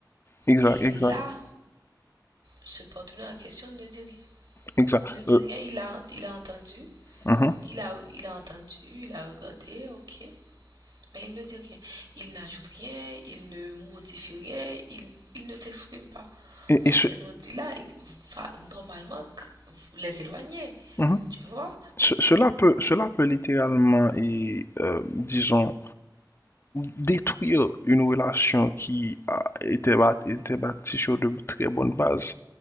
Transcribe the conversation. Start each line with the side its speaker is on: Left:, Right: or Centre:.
Left: exact,
Right: Et
Left: exact,
Right: là, ce partenaire en question ne dit rien.
Left: exact.
Right: Ne dit
Left: Euh,
Right: rien, il a, il a entendu,
Left: mhm.
Right: il a, il a entendu, il a regardé, ok, mais il ne dit rien. Il n'ajoute rien, il ne modifie rien, il, il ne s'exprime pas.
Left: Et,
Right: Donc
Left: et ce,
Right: ces non-dits-là, va normalement les éloigner,
Left: Mhm.
Right: tu vois?
Left: Ce- cela peut, cela peut littéralement, et, euh, disons, détruire une relation qui a été, bat- était bâtie sur de très bonnes bases.